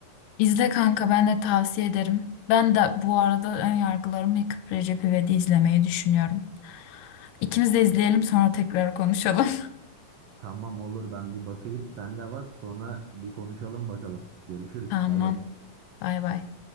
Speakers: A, on the left; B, on the right.
A: İzle kanka ben de tavsiye ederim. Ben de bu arada ön yargılarımı yıkıp Recep İvedik'i izlemeyi düşünüyorum. İkimiz de izleyelim sonra tekrar konuşalım.
B: Tamam olur ben bir bakayım. Sen de bak sonra bir konuşalım bakalım. Görüşürüz.
A: <laughs> Tamam.
B: Bay bay.
A: Bay bay.